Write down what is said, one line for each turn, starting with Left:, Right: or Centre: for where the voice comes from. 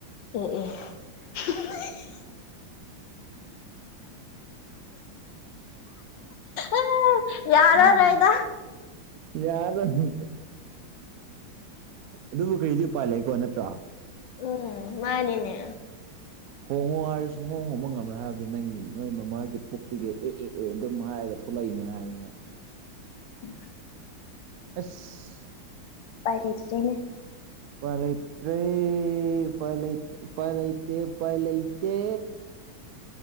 Left: ꯑꯦ ꯑꯦ <unintelligible> ꯑꯥ ꯌꯥꯔꯔꯣꯏꯗ
Right: ꯑꯝꯝ ꯌꯥꯗꯅꯤ ꯑꯗꯨꯕꯨ ꯀꯔꯤꯗꯤ ꯎꯄꯥꯏ ꯂꯩꯀꯣ ꯅꯠꯇ꯭ꯔꯣ
Left: ꯎꯝ ꯃꯥꯅꯤꯅꯦ
Right: ꯍꯣꯡꯉꯣ ꯍꯥꯏꯔ ꯁꯨꯡꯍꯣꯡ ꯍꯣꯡꯕ ꯉꯝꯃ꯭ꯔꯣꯏ ꯍꯥꯏꯕꯗꯤ ꯅꯪꯒꯤ ꯅꯣꯏ ꯃꯃꯥꯒꯤ ꯄꯨꯛꯇꯨꯒꯤ ꯑꯦ ꯑꯦ ꯑꯦ ꯑꯗꯨꯝ ꯍꯥꯏꯔꯒ ꯊꯣꯛꯂꯛꯏꯅꯦ ꯍꯥꯏꯌꯦ
Left: ꯎ
Right: ꯑꯁ
Left: ꯄꯥꯏ ꯂꯩꯇ꯭ꯔꯦꯅꯦ
Right: ꯄꯂꯇꯦ ꯄꯂ ꯄꯂꯩꯇꯦ ꯄꯂꯩꯇꯦ